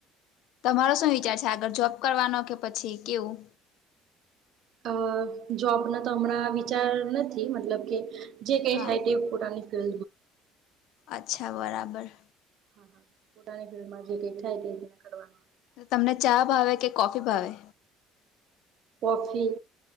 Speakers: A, on the left; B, on the right.
A: તમારો શું વિચાર છે આગળ જોબ કરવાનો કે પછી કેવું
B: અ જોબ ન તો હમણાં વિચાર નથી મતલબ કે જે કઈ
A: હા
B: થાય તે પુરાની <unintelligible>
A: અચ્છા બરાબર
B: <unintelligible> થાય તે કરવાનું
A: તમને ચા ભાવે કે કોફી ભાવે
B: કોફી